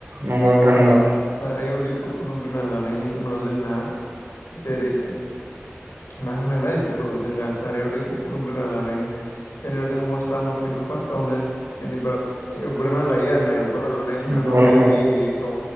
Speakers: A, on the right (about 65°); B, on the left (about 70°).
A: नंगौ नोंथां
B: सा-सारायाव
A: नंगौ
B: खौ फुदुंग्रोना लानायनि उनाव जोंना जेरै जों मा होनोलाय बेखौ जोङो सारायाव दैखौ फुदुंग्रोना लानाय जेनेबा जोंङो मस्ला मस्लिखखो फासतावनो जेनेबा एवग्रोना लायो आरोना हगारना लानायनि उनाव
A: नंगौ नोंथां
B: जोङो दै होयो औ